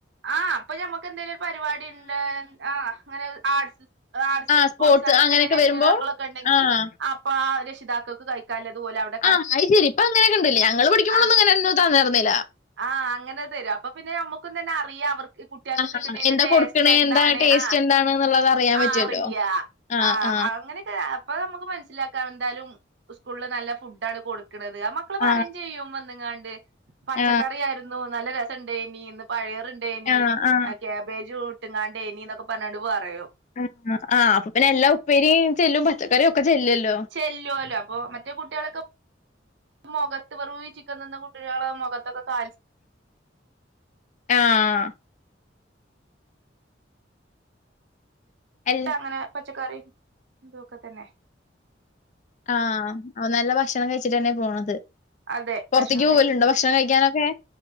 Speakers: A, on the right; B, on the left.
A: ആഹ് അപ്പൊ ഞമ്മക്കെന്തേലും പരിപാടി ണ്ട് ആഹ് ഇങ്ങനെ ആർട്സ് ആർട്സ്
B: ആഹ്
A: സ്പോർട്സ് അങ്ങനൊക്കെണ്ടെ
B: അങ്ങനെയൊക്കെ
A: രക്ഷിതാക്കളൊക്കെണ്ടങ്കി
B: വരുമ്പോ ആഹ്
A: അപ് പ്പാ രക്ഷിതാക്കക്ക് കഴിക്കാല്ലതും ഓലവിടെ
B: ആഹ് അഹ് ശരി പ്പങ്ങനൊക്കെണ്ടല്ലേ ഞങ്ങള് പഠിക്കുമ്പോളൊന്നും
A: ആഹ്
B: ങ്ങനൊന്നും തന്നേർന്നില്ല
A: ആഹ് അങ്ങനെ തരും അപ്പൊ പിന്നെ ഞമ്മുക്കു തന്നെ അറിയാം അവർ ക്ക് കുട്ട്യാക്ക്
B: ആഹ്
A: കിട്ടണേന്റെ
B: എന്താ
A: ടേസ്റ്റ്
B: കൊടുക്കണേ
A: എന്താണ്
B: എന്താ ടേസ്റ്റ്
A: ആഹ്
B: എന്താണ് എന്നുള്ളത് അറിയാൻ
A: ആഹ്
B: പറ്റുമല്ലോ
A: അറിയാ
B: ആ,
A: ആഹ്
B: ആ,
A: അങ്ങനെ ക്കെ അപ്പൊ നമുക്ക് മനസ്സിലാക്കാം എന്തായാലും സ്കൂളില് നല്ല ഫുഡാണ് കൊടുക്കണത് മ്മക്ക് ക്കള്
B: ആ,
A: പറയും ചെയ്യും വന്നങ്ങാണ്ട് പച്ചക്കറിയായിരുന്നു
B: ആ,
A: നല്ല രസണ്ടേയിനീന്ന് പഴയറുണ്ടേനി
B: ആ, ആ,
A: അഹ് ക്യാബേജും ഇട്ട്ങ്ങാണ്ടേനി ന്നൊക്കെ പറഞ്ഞോങ്ങാണ്ട് പറയും
B: ഉം ആ അപ്പൊ പിന്നെ എല്ലാ ഉപ്പേരീം ചെല്ലും പച്ചക്കറി ഒക്കെ ചെല്ലുല്ലോ
A: ചെല്ലോല്ലോ അപ്പൊ മറ്റേ കുട്ടികളൊക്കെ മുഖത്ത് വെറും ഈ ചിക്കം തിന്ന കുട്ട്യാളെ മുഖത്തൊക്കെ കാൽ
B: ആഹ് അൽ
A: അങ്ങനെ പച്ചക്കറീം ഇതും ഒക്കെ തന്നെ
B: ആഹ് നല്ല ഭക്ഷണം കഴിച്ചിട്ട്ന്നെ പോണത്
A: അതെ
B: പുറത്ത്ക്ക്
A: ഭക്ഷണം
B: പോവലുണ്ടോ
A: കഴിച്ച്
B: ഭക് ക്ഷണം കഴിക്കാനൊക്കെ